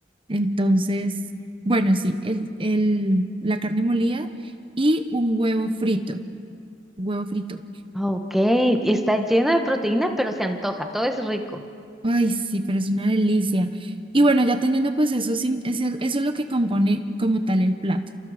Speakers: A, on the right; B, in the centre.
A: Entonces, bueno, sí, el, el, la carne molida y un huevo frito. Huevo frito.
B: Ok. Está lleno de proteína, pero se antoja. Todo es rico.
A: Ay, sí, pero es una delicia. Y bueno, ya teniendo pues eso, sin- ese- eso es lo que compone como tal el plato.